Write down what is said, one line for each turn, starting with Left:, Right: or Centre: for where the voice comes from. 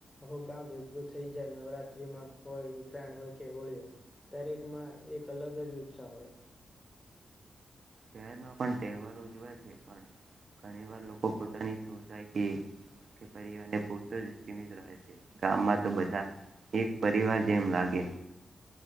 Left: આવું ગામ ભેગું થઈ જાય નવરાત્રીમાં હોય ઉત્તરાયણ હોય કે હોળી હોય દરેકમાં એક અલગ જ ઉત્સાહ હોય
Right: શહેરમાં પણ તહેવારો ઉજવાય છે પણ ઘણી વાર લોકો પોતાની સોસાયટી કે પરિવા અને પૂરતો જમિત રહે છે ગામમાં તો બધા એક પરિવાર જેમ લાગે